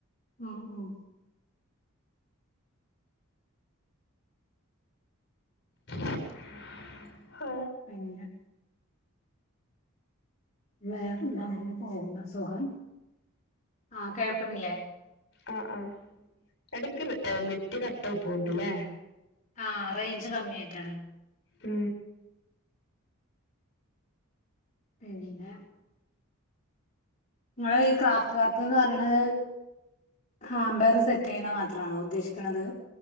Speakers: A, on the left (about 35°); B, on the left (about 50°).
A: ആ ആ
B: <inaudible> ഹാ
A: പിന്നെ വേറന്താ <unintelligible> സുഖം ആ കേൾക്കുന്നില്ലേ
B: ആ ആഹ് ഇടക്ക് നെറ്റ് കട്ടായി പോകുന്നുണ്ടല്ലേ
A: ആ റേഞ്ച് കമ്മി ആായിട്ടാണ്
B: ആ
A: പിന്നന്ന നിങ്ങൾ ഈ ക്രാഫ്റ്റ് വർക്ക് എന്ന് പറയത് ഹാംബർ സെറ്റ് ചെയ്യണ മാത്രണോ ഉദ്ദേശിക്കണത്